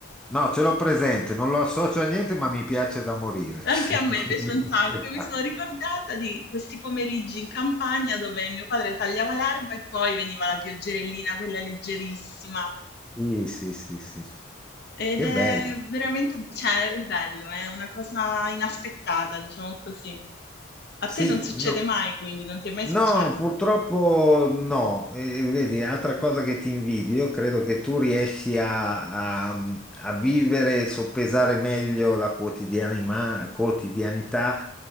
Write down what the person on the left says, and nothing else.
Anche a me
piace un sacco.
Mi sono ricordata di questi pomeriggi in campagna dove mio padre tagliava l'erba e poi veniva la pioggerellina, quella leggerissima.
Ed
è
veramente, cioè, è bello, è una cosa inaspettata, diciamo così. A
te non succede
mai, quindi non ti è mai
successo.